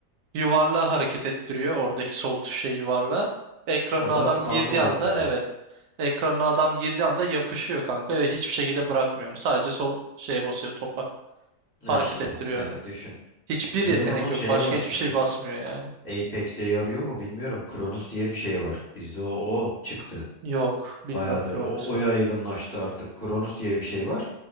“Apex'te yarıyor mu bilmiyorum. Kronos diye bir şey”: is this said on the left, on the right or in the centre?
Left